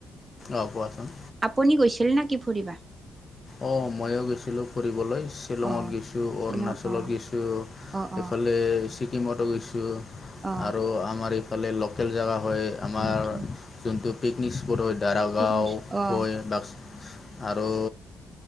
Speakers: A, on the left; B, on the right.
A: অ' কোৱাচোন।
B: আপুনি গৈছিল না কি ফুৰিবা?
A: অ' ময়ো গৈছিলোঁ ফুৰিবলৈ শ্বিলংত
B: অ
A: গৈছো
B: শ্বিলং
A: অৰুণাচলত
B: অ
A: গৈছোঁ
B: অ অ
A: ইফালে এই ছিকিমতো গৈছোঁ
B: অ
A: আৰু আমাৰ ইফালে লোকেল জাগা হয় আমাৰ
B: লখিম
A: যোনটো পিকনিক স্পট হয় দাৰাগাঁও
B: পিকনিক অ
A: কয় বাক্সা আৰু